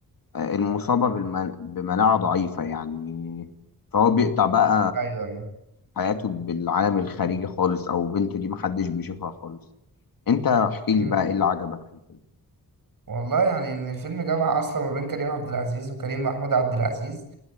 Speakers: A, on the left; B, on the right.
A: المصابة بالمن... بمناعة ضعيفة يعني فهو بيقطع بقى
B: ايوه ايوه
A: حياته بالعالم الخارجي خالص أو بنته دي محدش بيشوفها خالص أنت احكي لي
B: امم
A: بقى إيه اللي عجبك في الفيلم
B: والله يعني ان الفيلم جمع اصلا ما بين كريم عبد العزيز وكريم محمود عبد العزيز